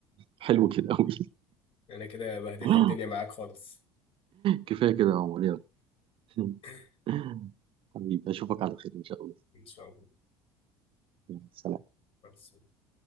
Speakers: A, on the right (about 45°); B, on the left (about 50°).
A: حلو كده أوي
B: أنا كده بهدلت
A: <laughs>
B: الدنيا معاك خالص
A: كفاية كده يا عمر يلا <laughs>
B: <laughs>
A: حبيبي أشوفك على خير إن شاء الله
B: إن شاء الله
A: يلا، سلام
B: بس